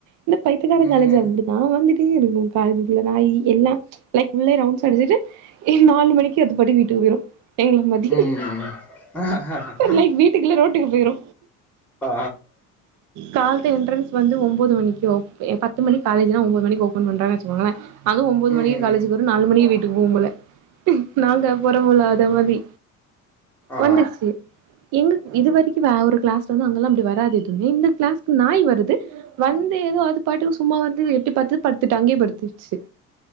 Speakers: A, on the right; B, in the centre.
A: இந்த பைத்தயகார
B: ம்
A: காலேஜ் அப்டிதா வந்துட்டே இருக்கு காலேஜு குள்ள நாயி எல்லா லைக் உள்ளயே ரவுண்ட்ஸ் அடிச்சிட்டு நாலு மணிக்கு அது பாட்டுக்கு வீட்டுக்கு போயிரு எங்கள மதி
B: ம் ம் ம் அஹ அஹா அ
A: லைக் வீட்டுக்கு இல்ல ரோட்டுக்கு போயிரு
B: ஆ
A: கால் து என்ட்ரன்ஸ் வந்து ஒம்போது மணிக்கு ஓ பத்து மணிகு காலேஜ்னா ஒம்போது மணிக்கு ஓபன் பண்றாங்கனு வச்சுகோங்களே அது ஒம்போது
B: ம்
A: மணிக்கு காலேஜுக்கு வரு நாலு மணிக்கு வீட் எப்பவுபோல நாங்க போறோமுள்ள அதே மாரி
B: ஆ
A: வந்துச்சி எங்க இது வரைக்கு வேற ஒரு கிளாஸ்ல அங்கெல்லா அப்டி வராது தீமீ இந்த கிளாஸ்கு நாய் வருது வந் து ஏதோ அது பாட்டுகு சும்மா வந்து எட்டி பாத்து படுத்துட்டு அங்கேயே படுத்து சு